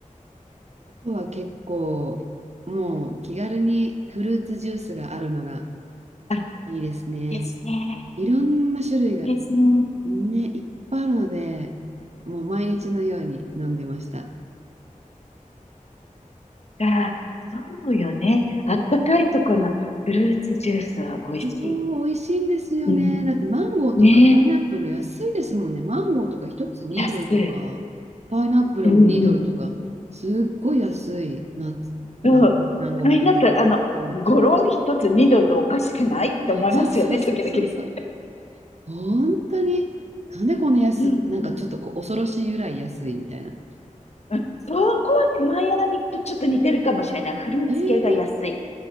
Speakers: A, on the right (about 50°); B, on the left (about 50°).
A: あとは結構、もう気軽にフルーツジュースがあるのが
B: あ、い
A: いいですね。
B: いですね。
A: いろんな種類が
B: いいですね。
A: ね、いっぱいあるので、もう毎日のように飲んでました。
B: あ、そうよね。あったかいとこのフルーツジュースは美味しい。
A: そう、美味しいんですよね。
B: うん。
A: だってマンゴーとかパイナップル安いですもんね。
B: ね
A: マンゴーとか1つ2ドルとか、
B: え。安い。
A: パイナップルも2ドルとか、
B: うんうん。
A: すっごい安いな、な、
B: うん。
A: ね南国やフ
B: あれになったら、あの、
A: ルーツ。
B: ゴロン一つ2ドルおかしくないって思いますよね、
A: そうそうそうそうそう。
B: 時々ね。
A: 本当に、なんでこの安、
B: うんうん。
A: なんかちょっとこう恐ろしいぐらい安いみたいな。
B: うんそこはね、マイアミとちょっと似てるかもしれない。フルーツ系が安い。
A: ええ